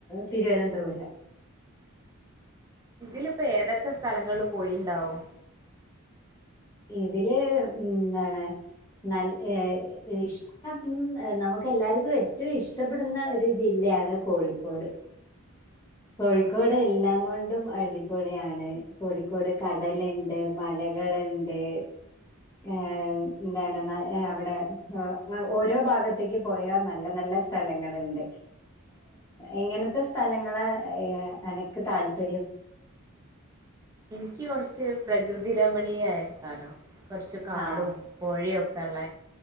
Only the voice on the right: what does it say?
ഇതിലിപ്പോ ഏതൊക്കെ സ്ഥലങ്ങളില് പോയിണ്ടാവും
ആഹ്
എനിക്ക് കൊറച്ച് പ്രകൃതി രമണീയമായ സ്ഥലം കുറച്ച് കാടും
പൊഴയൊക്കെള്ള